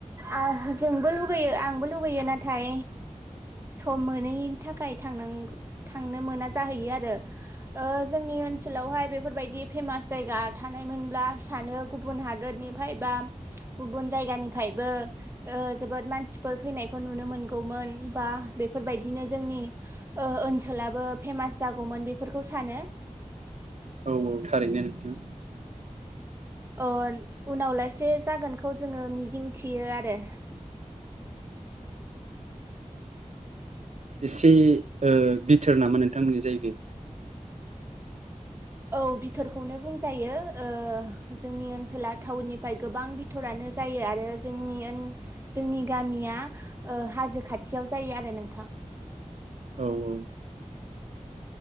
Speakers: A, on the right (about 20°); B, on the right (about 60°).
A: आ होज जोंबो लुगैयो आंबो लुगैयो ना थाय सम मोनैनि थाखाय थांनांग थांनो मोना जाहैयो आरो ओ जोंनि ओनसोलावहाय बेफोरबायदि फेमास जायगा थानायमोनब्ला सानो गुबुन हादरनिफाय बा गुबुन जायगानिफ्रायबो जोबोद मानसिफोर फैनायखौ नुनो मोनगौमोन बा बेफोरबायदिनो जोंनि ओनसोलाबो ओ फेमास जागौमोन बेफोरखौ सानो
B: औ औ थारैनो नोंथां
A: ओल उनाव लासे जागोनखौ जोङो मिजिंथियो आरो
B: इसि ओ बिथोर नामा नोंथांमोननि जायगाया
A: औ बिथोरखौनो बुंजायो ओ जोंनि ओनसोला टावननिफ्राय गोबां बिथरानो जायो आरो जोंनि ओन जोंनि गामिया ओ हाजो खाथियाव जायो आरो नोंथां
B: औ औ